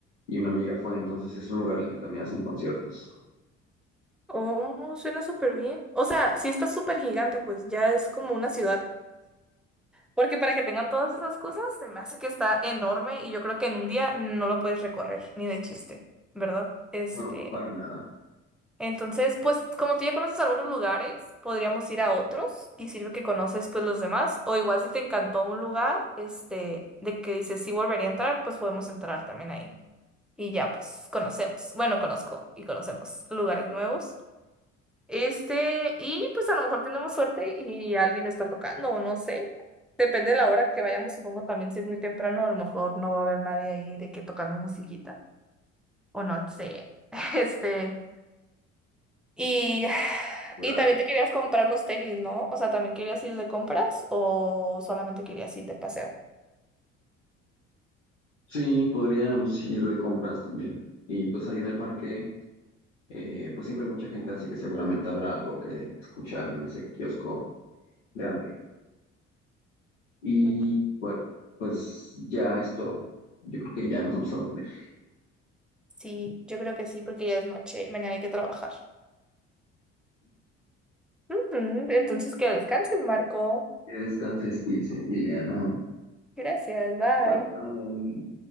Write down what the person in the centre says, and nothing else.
Oh, suena súper bien. O sea, sí está súper gigante, pues ya es como una ciudad. Porque para que tengan todas esas cosas, se me hace que está enorme y yo creo que en un día no lo puedes recorrer, ni de chiste, ¿verdad? Este.
Entonces, pues como tú ya conoces algunos lugares, podríamos ir a otros y sirve que conoces pues los demás. O igual si te encantó un lugar, este, de que dices sí volvería a entrar, pues podemos entrar también ahí. Y ya pues conocemos. Bueno, conozco y conocemos lugares nuevos. Este, y pues a lo mejor tenemos suerte y alguien está tocando, o no sé. Depende de la hora que vayamos, supongo también si es muy temprano, a lo mejor no va a haber nadie ahí de que tocando musiquita. O no sé. <laughs> Este. Y, <sighs>
y también te querías comprar unos tenis, ¿no? O sea, ¿también querías ir de compras o solamente querías ir de paseo?
Ujú.
Sí, yo creo que sí, porque ya es noche y mañana hay que trabajar. Ujú, Entonces, que descanses, Marco.
Gracias, bye.